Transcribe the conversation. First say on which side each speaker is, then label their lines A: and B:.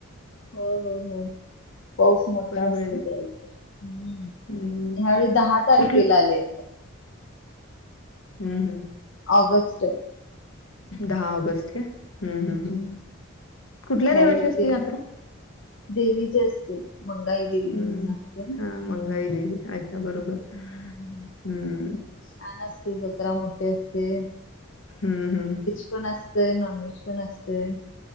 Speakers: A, on the left; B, on the left.
A: हो हो हो पाऊस मोठा
B: बरोबर
A: असतोय
B: आहे ना?
A: त्यावेळी तर हम्म....
B: हम्म
A: ह्यावेळी दहा तारखेला
B: कुठ
A: आलेय
B: हम्म हम्
A: ऑगस्ट
B: दहा ऑगस्ट का? हम् हम्
A: हम्म.
B: हम् कुठल्या
A: ह्यावेळी
B: देवाची असते
A: ते
B: यात्रा?
A: देवीची असते मंगाई देवी
B: हम्म
A: म्हणून असते. हम्म
B: हा मंगाई देवी अच्छा बरोबर,
A: हम्म
B: हम्म
A: छान असते जत्रा मोठी असते
B: हम्म हम्म
A: व्हेज पण असतंय नॉनव्हेज पण असतंय